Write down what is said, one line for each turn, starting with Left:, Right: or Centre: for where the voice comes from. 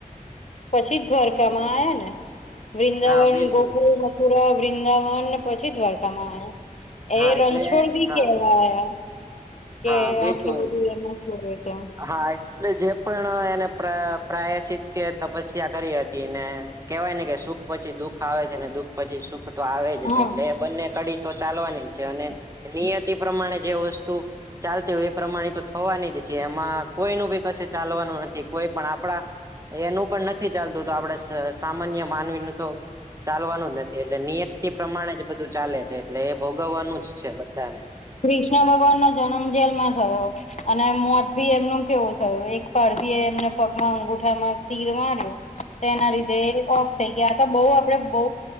Left: પછી જ દ્વારકામાં આવ્યા ને. વૃંદાવન,
Right: હા બિલકુલ
Left: ગોકુલ, મથુરા, વૃંદાવન પછી દ્વારકામાં આવ્યા.
Right: હા
Left: એ રણછોડ
Right: એટલે
Left: બી
Right: હા
Left: કેવાય કે
Right: હા બિલકુલ
Left: આટલું બધું એમ થય તો
Right: હા એટલે જે પણ એને પ્રાય પ્રાયશિત કે તપસ્યા કરી હતી ને. કેવાય ને કે સુખ પછી દુઃખ આવે છે ને દુઃખ પછી સુખ તો આવે જ
Left: હા
Right: છે એટલે બંને કડી તો ચાલવાની છે અને નિયતિ પ્રમાણે જે વસ્તુ. ચાલતી હોય એ પ્રમાણે તો થવાની જ. એમાં કોઈ ન બી કશે ચાલવાનું નથી કોઈ પણ આપડા. એનું પણ નથી ચાલતું તો આપડે સામાન્ય માનવીનું તો. ચાલવાનું જ નથી એટલે નિયત થી પ્રમાણે જ બધું ચાલે છે એટલે એ. ભોગવવાનું જ છે બધાને
Left: કૃષ્ણ ભગવાન નો જન્મ જેલમાં થયો. અને મોત ભી એમનું કેવું થયું એક પારસી એ એમને પગમાં અંગુઠામાં તીર માર્યું. તે એના લીધે ઓફ થઈ ગયા તો બહુ આપડે બઉ